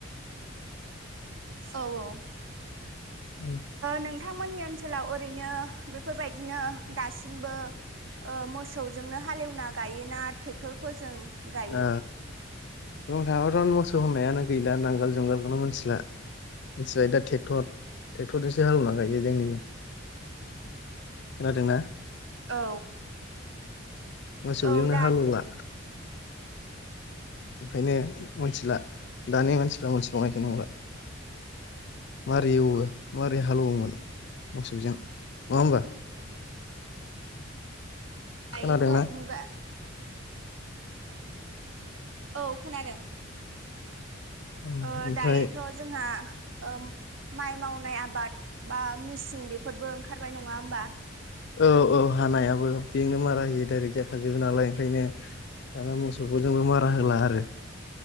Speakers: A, on the right; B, on the left.
A: औ औ ओ
B: ओ
A: नों थां मोननि ओनसोलाव ओरैनो बेफोरबायदिनो दासिमबो ओ मोसौजोंनो हालेवना गायोना ट्रेक्टरफोरजों गायो
B: ओ बुनो थाङबाथ' मोसौ होननायानो गैला नांगोल जुंगालखौनो मिथिला मिथिबाय दा ट्रेक्टर ट्रेक्टरजोंसो हालेवना गायो जोंनिजों खोनादोंना
A: औ
B: मोसौजोंनो
A: औ दा
B: हालला ओंखायनो मोनथिला दानि मानसिफ्रा मोनथिबावनायखाय नंला मारै एवो मारोरै हालौवोमोन मोसौजों नङा होमबा
A: दायोथ'
B: खोनादोंना
A: मुगा औ खोनादों
B: ओम
A: ओ
B: ओमफ्राय
A: दायोथ' जोंहा ओ माइ मावनाय आबाद बा मिसिं बेफोरबो ओंखारबाय नङा होमबा
B: औ औ हानायाबो बेजोंनो मारा होयो डाइरेक्ट जाखाजोबो नालाय ओंखायनो दाना मोसौखौ जोंबो मारा होला आरो